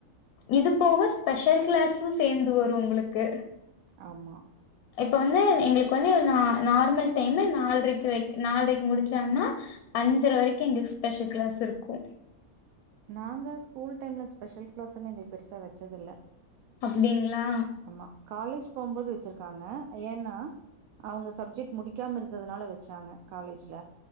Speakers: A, on the left; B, on the right.
A: இது போக ஸ்பெஷல் கிளாஸ்சு சேந்து வரு உங்களுக்கு
B: ஆமா
A: இப்ப வந்து எங்களுக்கு வந்து ந நார்மல் டைம் நால்ரைக்கு வை நால்ரைக்கு முடிச்சான்னா அஞ்சர வரைக்கும் எங்களுக்கு ஸ்பெஷல் கிளாஸ் யிருக்கு
B: நாங்க ஸ்கூல் டைம்ல ஸ்பெஷல் கிளாஸ் எல்லா எங்களுக்கு பெருசா வச்சது இல்ல
A: அப்டிங்களா
B: ஆமா காலேஜ் போம்போது வச்சிருக்காங்க ஏன்னா அவுங்க சப்ஜெட் முடிக்காம இருந்ததுனால வச்சாங்க காலேஜ்ல